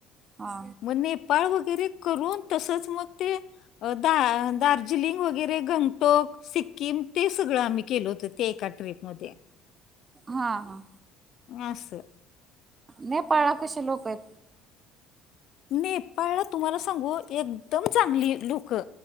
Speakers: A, on the right (about 25°); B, on the left (about 60°).
A: हा.
B: मग नेपाळ वगैरे करून, तसच मग ते दा- दार्जिलिंग वगैरे गंगटोक, सिक्कीम ते सगळं आम्ही केलं होतं त्या एका ट्रीपमध्ये.
A: हा हा.
B: असं.
A: नेपाळा कशि लोक आहेत?
B: नेपाळला तुमाला सांगू एकदम चांगली येत लु क